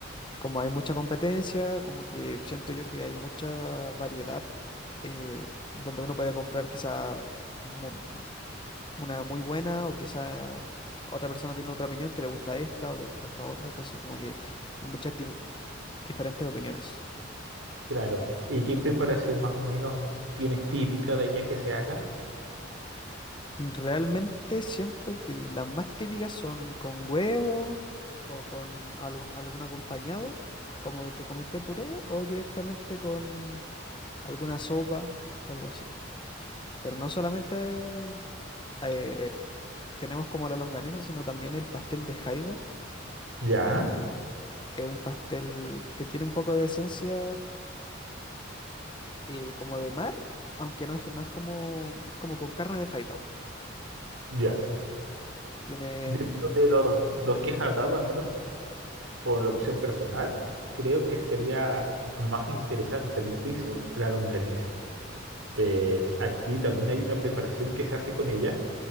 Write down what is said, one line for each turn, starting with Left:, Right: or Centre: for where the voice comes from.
Left: Como hay mucha competencia, como que siento yo que hay mucha variedad eh, donde uno puede comprar quizá mu- una muy buena o quizá otra persona tiene otra opinión que le gusta esta o le gusta esta otra. Entonces como que hay muchas di- diferentes opiniones.
Right: Claro. ¿Y qué preparación más o menos tienes típica de allá que se haga?
Left: Realmente siento que las más típicas son con huevo o con algún, algún acompañado, como te comenté, puré, o directamente con alguna sopa o algo así. Pero no solamente eh, tenemos como la longaniza, sino también el pastel de jaiba.
Right: Ya,
Left: Es un pastel que tiene un poco de esencia eh, como de mar, aunque no es, no es como, es como con carne de jaiba.
Right: ya.
Left: Tiene,
Right: Dentro de los dos que has hablado, al menos por opción personal, creo que sería más interesante, a mi juicio, la longaniza. Eh, aquí también hay una preparación que se hace con ella,